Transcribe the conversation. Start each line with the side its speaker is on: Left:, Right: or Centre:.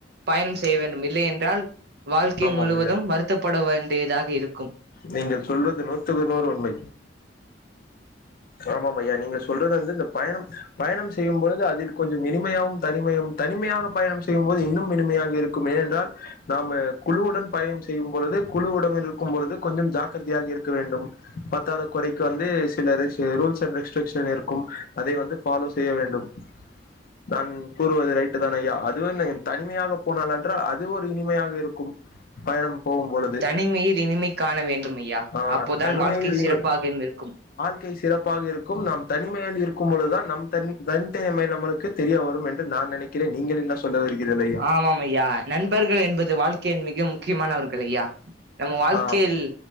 Right: பய்ணம் செய்ய வேண்டும் இல்லை என்றால் வாழ்க்கை
Left: ஆமாம்
Right: முழுவதும்
Left: ஐயா
Right: வருத்தப்பட வேண்டியதாக இருக்கும்
Left: நீங்கள் சொல்வது நூத்துக்கு நூறு உண்மை ஆமாம் ஐயா நீங்க சொல்றது வந்து இந்த பயணம் பயணம் செய்யும்போது அதில் கொஞ்சம் இனிமையாவும் தனிமையும் தனிமையாக பயணம் செய்யும்போது இன்னும் இனிமையாக இருக் கும் ஏ என்றால் நாமு குழுவுடன் பயணம் செய்யும் பொழுது குழு உடன்இருக்கும் பொழுது கொஞ்சம் ஜாக்கிரதையாக இருக்க வேண்டும் பத்தாத குறைக்கு வந்து சில ரெஸ் தே ரூல்ஸ் அண்ட் ரெஸ்ட்ரிக்ஷ்ன் இருக்கும் அதை வந்து ஃபாலோ செய்ய வேண்டும் நான் கூறுவது ரைட்டு தானய்யா அதுவும்த் தனிமையாக போனால் என்றால் அது ஒரு இனிமையாக இருக்கும் பயணம் போகும் பொழுது
Right: தனிமையில் இனிமை காண வேண்டுமய்யா
Left: ஆ
Right: அப்போதான்
Left: தனிமையில்
Right: வாழ்க்கை சிறப்பாகயும்
Left: இ
Right: இருக்கும்
Left: வாழ்க்கை சிறப்பாக இருக்கும் நம் தனிமையில் இருக்கும்பொழுதுதான் நம் தன் தன்த்தைமை நமளுக்கு தெரிய வரும் என்று நான் நினை கிறேன் நீங்கள் என்ன சொல்ல வருகீரேரய்யா
Right: ஆமாம் ஐயா நண்பர்கள் என்பது வாழ்க்கையில் மிக முக்கியமானவர்கள் ஐயா நம்ம வாழ்க்கையில்
Left: ஆ